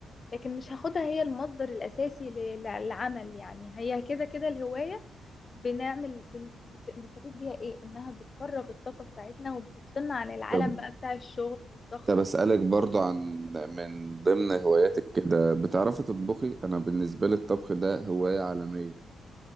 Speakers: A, on the left; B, on the right.
A: لكن مش هاخدها هي المصدر الاساسي ل- للعمل يعني هي كده كده الهواية بنعمل بنس- بت- بنستفيد بيها ايه انها بتفرغ الطاقة بتاعتنا وبتفصلنا عن العالم
B: طب
A: بقى بتاع الشغل والضغط
B: طب
A: وكده
B: أسألك برضو عن من ضمن هواياتك كده بتعرفي تطبخي أنا بالنسبة لي الطبخ ده هواية عالمية